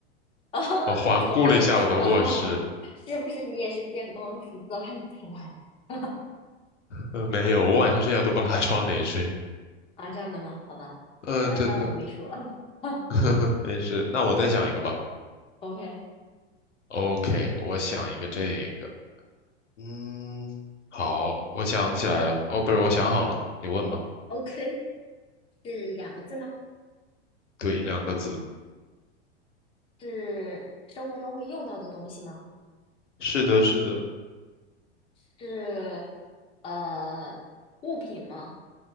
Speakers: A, on the left (about 15°); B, on the left (about 85°).
A: <laughs> 哦，
B: 我环顾了一下我的卧室，
A: 太聪明了哦，是不是你也是见光死早上起来 <laughs>
B: 呃，没有，我晚上睡觉都不拉窗帘睡。
A: 啊？这样的吗？好吧，
B: 呃，
A: 那当我没说。
B: 真的，
A: <laughs>
B: <laughs> 呵呵，没事。那我再想一个吧。
A: OK
B: OK，我想一个这个，嗯，好，我想起来了。哦，不是，我想好了，你问吧。
A: OK，是两个字吗？
B: 对，两个字。
A: 是生活中会用到的东西吗？
B: 是的，是的，
A: 是呃物品吗？